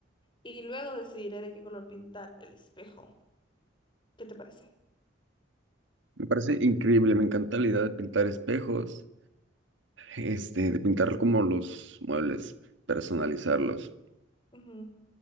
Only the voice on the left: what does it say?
Y luego decidiré de qué color pintar el espejo. ¿Qué te parece?
Ujú.